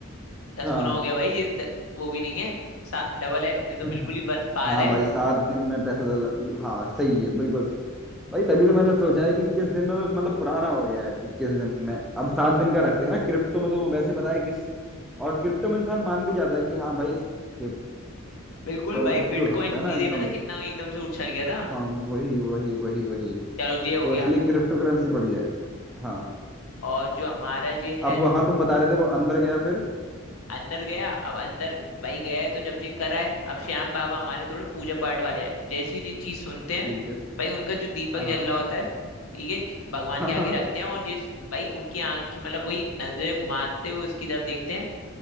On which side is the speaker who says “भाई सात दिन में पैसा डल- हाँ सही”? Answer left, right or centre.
Centre